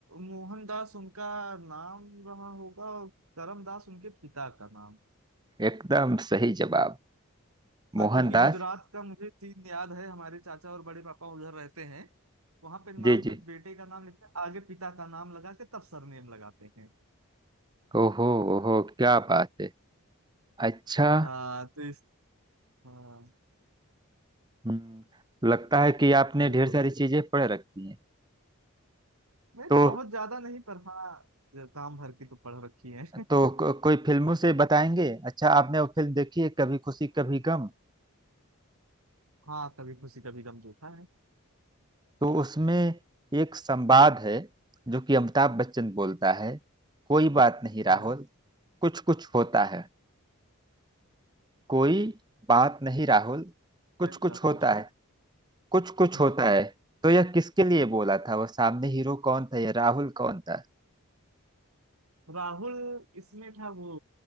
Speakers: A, on the right; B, on the right.
A: मोहनदास उनका नाम रहा होगा और करमदास उनके पिता का नाम
B: एकदम सही जवाब
A: हाँ
B: मोहनदास
A: क्योंकि गुजरात का मुझे सीन याद है हमारे चाचा और बड़े पापा उधर रहते हैं वहां पे नाम
B: जी
A: जब
B: जी
A: बेटे का नाम लिखते हैं आगे पिता का नाम लगा के तब सरनेम लगाते हैं
B: ओहो ओहो क्या बात है अच्छा
A: हाँ तो इस हाँ
B: हम्म, लगता है कि आपने
A: बिल्कुल
B: ढेर सारी चीजें पढ़ रखी हैं
A: नहीं
B: तो
A: बहुत ज्यादा नहीं पर हाँ काम भर की तो पढ़ रखी है
B: तो को, कोई फिल्मों से बताएंगे अच्छा आपने वो फिल्म देखी है कभी खुशी कभी गम
A: <laughs> हाँ कभी खुशी कभी गम देखा है
B: तो उसमें एक संवाद है जो कि अमिताभ बच्चन बोलता है कोई बात नहीं राहुल
A: हाँ
B: कुछ कुछ होता है कोई बात नहीं राहुल कुछ
A: नहीं,
B: कुछ
A: राहुल
B: होता है कुछ कुछ
A: हम्म।
B: होता है तो यह किसके लिए बोला था वह सामने हीरो कौन था यह राहुल कौन था
A: राहुल इसमें था वो